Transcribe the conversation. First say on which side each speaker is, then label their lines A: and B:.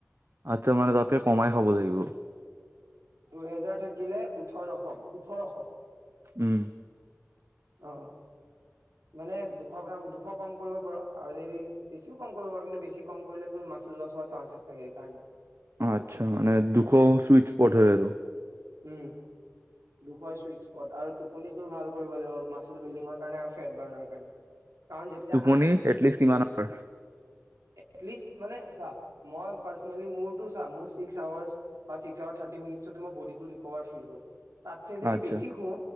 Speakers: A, on the right; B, on the right.
A: আচ্ছা মানে তাতকে কমাই খাব লাগিব?
B: দুহেজাৰ থাকিলে ওঠৰশ, ওঠৰশ।
A: উম
B: অ'। মানে দুশ গ্ৰাম- দুশ কম কৰিব পাৰ'। আৰু যদি বেছিও কম কৰিব পাৰ'। কিন্তু বেছি কম কৰিলে তোৰ মাছল লছ হোৱাৰ চাঞ্চ আছ চাগে এই কাৰণে
A: আচ্ছা, মানে দুশ ছুইট স্প'ট হয় আৰু।
B: উম, দুশএ ছুইট স্প'ট। আৰু টোপনিতো ভাল কৰিব লাগিব, মাছল বিল্ডিঙৰ কাৰণে ফেট বাৰ্ণৰ কাৰণে। কাৰণ যেতিয়া
A: টোপনি এটলিষ্ট কিমান আৱাৰ?
B: এটলিষ্ট মানে, চা, মই পাৰ্ছনেলি, মোৰতো‌ চা। মোৰ ছিক্স‌ আৱাৰছ বা ছিক্স আৱাৰ থাৰতি মিনিটছতে ম‌ই ব'ডিটো ৰিক'ভাৰ ফিল কৰোঁ। তাতছে যদি
A: আচ্ছা
B: বেছি শুও,